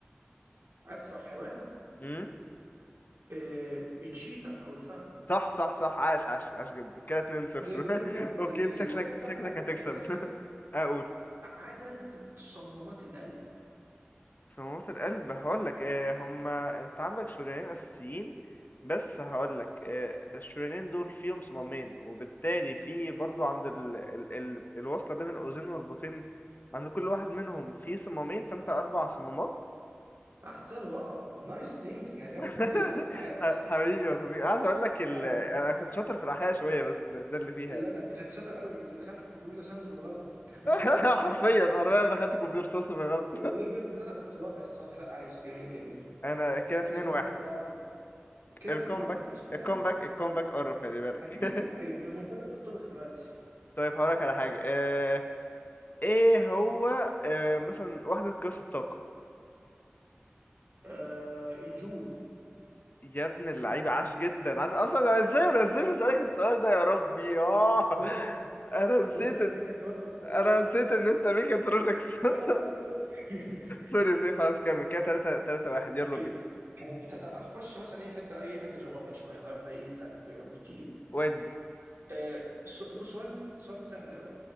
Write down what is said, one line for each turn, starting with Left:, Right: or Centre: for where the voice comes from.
Right: اسرع حيوان
Left: فاهم
Right: إيه التشيتا او الفهد
Left: صح صح صح عاش عاش عاش جدا كده 2-0
Right: ده جميل لا
Left: <laughs> اوكي
Right: لذيذه
Left: انت شكلك
Right: دي طب اقول لك بقى
Left: شكلك
Right: حاجه عليها
Left: هتكسب
Right: برضه في الاخر
Left: <laughs> اقول
Right: عدد صمامات القلب
Left: في موت القلب هقول لك آه هما انت عندك شريانين اساسيين بس هقول لك آه الشريانين دول فيهم صمامين وبالتالي في برضو عند ال... ال... ال... الوصله بين الاذين والبطين عند كل واحد منهم في صمامين فانت اربع صمامات
Right: احسن واو نايس ثينكينج عجبني
Left: <laughs>
Right: الطريقه عايش
Left: حبيبي يا صديقي عايز اقول لك ال...
Right: عايش
Left: انا
Right: صح
Left: كنت شاطر في الاحياء شويه بس ده, ده اللي فيها
Right: لا لا انت شاطر قوي انت دخلت كمبيوتر ساينس بالغلط <laughs>
Left: <laughs> حرفيا انا دخلت كمبيوتر ساينس بالغلط
Right: والله بجد لا اتس رائع الصراحه لا عايش جميل جميل
Left: انا كده 2
Right: ده فعلا
Left: 1
Right: اربعه كده
Left: الكومباك
Right: 2 1 ماشي
Left: الكومباك
Right: ماشي
Left: الكومباك قرب خلي بالك
Right: هتيجي
Left: <laughs>
Right: المنتدى بتطبخ دلوقتي
Left: طيب هقولك على حاجه آه... ايه هو آه... مثلا وحده قياس الطاقه
Right: آه الجول
Left: يا ابن اللعيبه عاش جدا عاش اصلا أنا ازاي أنا ازاي بسالك السؤال ده يا ربي اه
Right: دود انا
Left: انا نسيت
Right: دود انا
Left: إن-
Right: ميكاترونكس يا دود
Left: انا نسيت ان انت ميكاترونكس <laughs>
Right: ايه يا دود <laughs>
Left: سوري سوري خلاص كمل كده 3 3 1 يلا
Right: اوكي
Left: بينا
Right: انت تعال نخش مثلا اي حته اي حته جغرافيا شويه طبعا احنا ايه سالنا في العلوم كتير
Left: ودي
Right: آه سو- بص سؤال سؤال سهل قوي